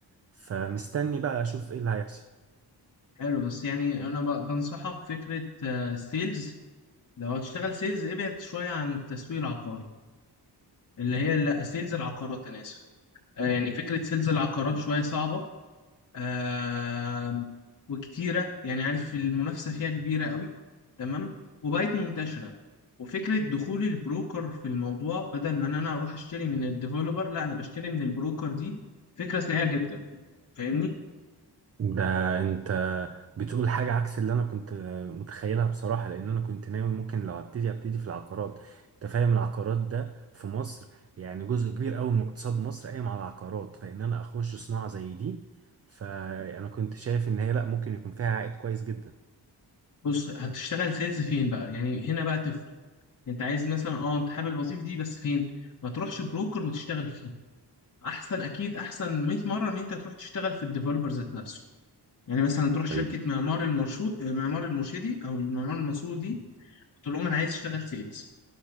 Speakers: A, on the right; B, on the left.
A: فمستني بقى اشوف ايه اللي هيحصل
B: حلو بس يعني انا ب- بنصحك فكره آه، السيلز لو هتشتغل سيلز ابعد شويه عن التسويق العقاري اللي هي لا سيلز العقارات انا اسف آه، يعني فكره سيلز العقارات شويه صعبه آه، وكتيره يعني عارف المنافسه فيها كبيره قوي تمام وبقت منتشره وفكره دخول البروكر في الموضوع بدل ما ان انا اروح اشتري من الديفلوبر لا انا بشتري من البروكر دي فكره سيئه جدا فاهمني
A: ده انت بتقول حاجة عكس اللي انا كنت متخيلها بصراحة لان انا كنت ناوي ممكن لو هبتدي هبتدي في العقارات انت فاهم العقارات ده في مصر يعني جزء كبير قوي من اقتصاد مصر قايم على العقارات فان انا اخش صناعة زي دي فانا كنت شايف ان هي لا ممكن يكون فيها عائد كويس جدا
B: بص هتشتغل سيلز فين بقى يعني هنا بقى انت عايز مثلا اه انت حابب الوظيفه دي بس فين ما تروحش بروكر وتشتغل فيه احسن اكيد احسن 100 مره ان انت تروح تشتغل في الديفلوبر ذات نفسه يعني مثلا تروح شركه
A: طيب
B: معمار المرشود معمار المرشدي او المعمار المنصور دي تقول لهم انا عايز اشتغل سيلز